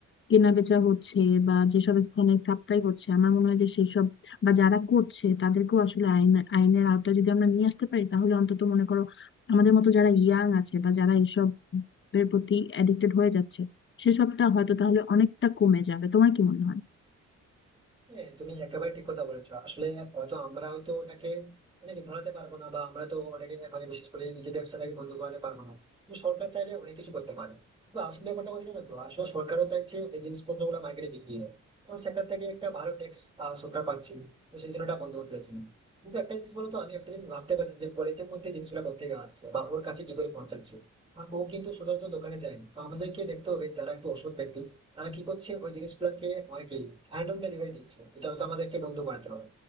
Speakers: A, on the left; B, on the right.
A: কেনা বেচা হচ্ছে বা যেসব স্থানে সাপ্লাই হচ্ছে আমার মনে হয় যে সেসব বা যারা করছে তাদেরকেও আসলে আইন আইনের আওতায় যদি আমরা নিয়ে আসতে পারি তাহলে অন্তত মনে করো আমাদের মতো যারা ইয়াং আছে বা যারা এইসব এর প্রতি অ্যাডিক্টেড হয়ে যাচ্ছে সেসবটা হয়তো তাহলে অনেকটা কমে যাবে তোমার কি মনে হয়
B: হ্যাঁ তুমি একেবারে ঠিক কথা বলেছো আসলে হয়তো আমরা হয়তো ওটাকে মানে কি ধরাতে পারবো না বা আমরা তো ওটাকে মানে বিশেষ করে এই যে ব্যবসাটাকে বন্ধ করাতে পারবো না কিন্তু সরকার চাইলে অনেক কিছু করতে পারে বা আসল ব্যাপারটা কথা জানো তো আসলে সরকারও চাইছে এই জিনিসপত্র গুলো মার্কেটে বিক্রি হোক কারণ সেখান থেকে একটা ভালো ট্যাক্স সরকার পাচ্ছে তো সেই জন্য ওটা বন্ধ করতে চাইছে না কিন্তু একটা জিনিস বলো তো আমি একটা জিনিস ভাবতে পারছি না যে কলেজের মধ্যে জিনিসগুলো কোথা থেকে আসছে বা ওর কাছে কি করে পৌঁছাচ্ছে আর ও কিন্তু সচরাচর দোকানে যায়নি তো আমাদেরকে দেখতে হবে যারা একটু অসৎ ব্যক্তি তারা কি করছে ওই জিনিসগুলোকে অনেকেই হ্যান্ড অন ডেলিভারি দিচ্ছে তো এটা তো আমাদেরকে বন্ধ বানাতে হবে